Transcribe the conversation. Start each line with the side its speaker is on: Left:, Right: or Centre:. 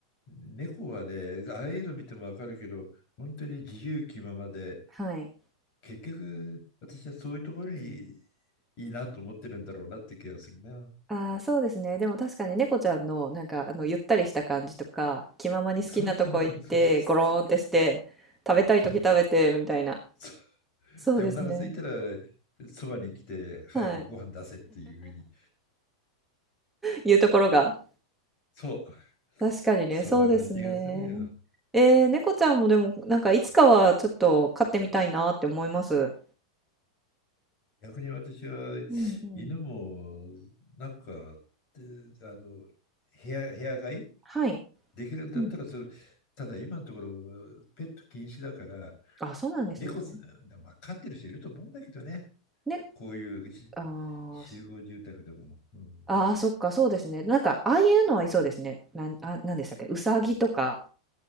Left: 猫はね、ああいうの見てもわかるけど、本当に自由気ままで、
Centre: はい。
Left: 結局私はそういうところにいいなと思ってるんだろうなって気がするな。
Centre: ああ、そうですね。でも確かに猫ちゃんの、なんか、あの、ゆったりした感じとか、気ままに好きなとこ行って、
Left: そうそうそうそうそう。
Centre: ゴローンってして、食べたい時食べて、
Left: そう
Centre: みたいな。
Left: そう
Centre: そうですね。
Left: で、お腹空いたらそばに来て早くご飯出せっていうふうに。
Centre: はい。いうところが。
Left: そう。
Centre: 確かにね、
Left: そんな感じがするよ。
Centre: そうですね。えー、猫ちゃんもでも、なんか、いつかはちょっと飼ってみたいなって思います。
Left: 逆に私は
Centre: うんうん。
Left: 犬もなんか、えあの部屋、部屋飼い
Centre: はい。
Left: できるんだったらそれ、
Centre: うん。
Left: ただ今のところ、ペット禁止だから、
Centre: あ、そうなんですね。
Left: 猫す、まあ、飼ってる人いると思うんだけどね、
Centre: ね、
Left: こういうし
Centre: あーそ
Left: 集合住宅でも。うん、
Centre: あー、そっか、そうですね。なんか、ああいうのはいそうですね。なん、あ、なんでしたっけ、うさぎとか、